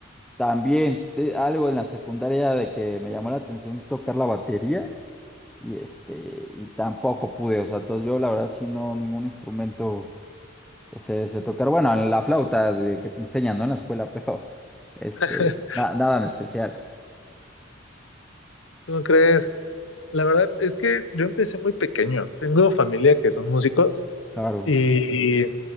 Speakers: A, in the centre; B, on the left (about 85°).
A: también te- algo en la secundaria de que me llamó la atención tocar la batería y este, y tampoco pude. O sea, entonces yo la verdad sí no, ningún instrumento. Ese, sé tocar, bueno, la flauta de- que te enseñan, ¿no? En la escuela, <laughs> pero este,
B: <laughs>
A: na- nada en especial,
B: ¿cómo crees? La verdad es que yo empecé muy pequeño. Tengo familia que son músicos
A: claro.
B: y, y